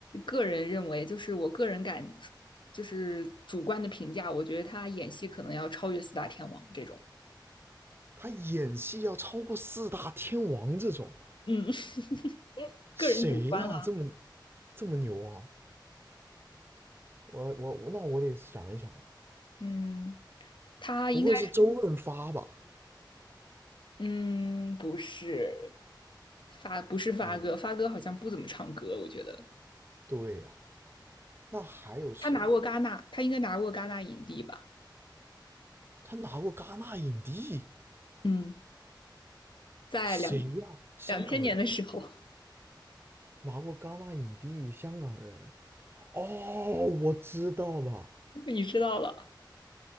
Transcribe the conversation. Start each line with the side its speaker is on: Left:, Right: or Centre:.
Left: 个人认为，就是我个人感，就是主观的评价，我觉得他演戏可能要超越四大天王这种。
Right: 他演戏要超过四大天王这种，
Left: 嗯，<laughs>
Right: 谁呀、
Left: 个人主观了。
Right: 这么这么牛啊？我我那我得想一想啊，
Left: 嗯，他应该，
Right: 不会是周润发吧？
Left: 嗯，不是发，不是发哥，
Right: 嗯，
Left: 发哥好像不怎么唱歌，我觉得
Right: 对呀、那还有谁？
Left: 他拿过戛纳，他应该拿过戛纳影帝吧？
Right: 他拿过戛纳影帝，
Left: 嗯，在两
Right: 谁呀、香港人，
Left: 两千年的时候，
Right: 拿过戛纳影帝，香港人。哦，我知道了。
Left: <laughs> 你知道了